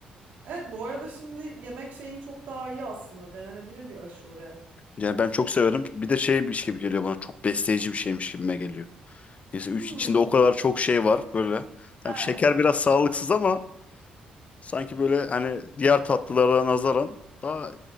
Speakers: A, on the right (about 65°); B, on the left (about 40°).
A: Evet bu arada şimdi yemek şeyim çok daha iyi aslında. Denenebilir bir aşure.
B: Yani ben çok severim. Bir de şeymiş gibi geliyor bana. Çok besleyici bir şeymiş gibime geliyor. Neyse üç,
A: Hmm,
B: içinde o kadar çok şey var böyle. Tam
A: evet.
B: şeker biraz sağlıksız ama sanki böyle hani diğer tatlılara nazaran daha